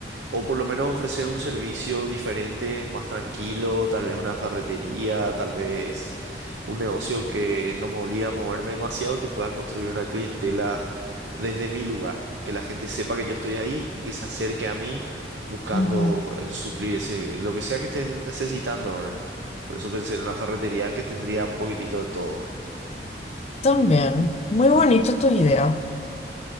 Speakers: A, on the right (about 90°); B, on the left (about 35°).
A: O por lo menos ofrecer un servicio diferente, más tranquilo, tal vez una ferretería, tal vez un negocio que no me obliga a moverme demasiado, que pueda construir una clientela desde mi lugar, que la gente sepa que yo estoy ahí y que se acerque a mí buscando
B: ujú.
A: eh, suplir ese, lo que sea que estén necesitando ahora. Por eso pensé en una ferretería que tendría un poquitito de todo,
B: También, muy bonito tu idea.